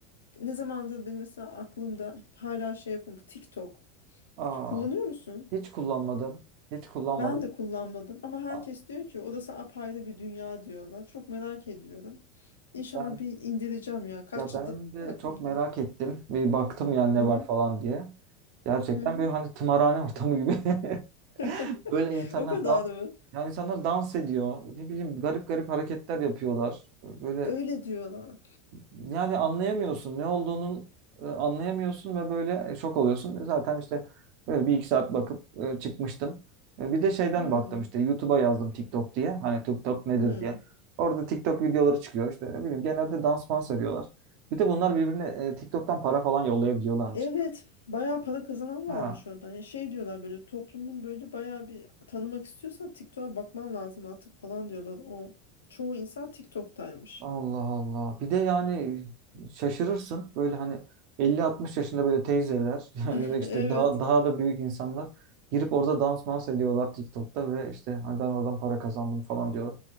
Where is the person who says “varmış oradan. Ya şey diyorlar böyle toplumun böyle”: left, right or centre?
Left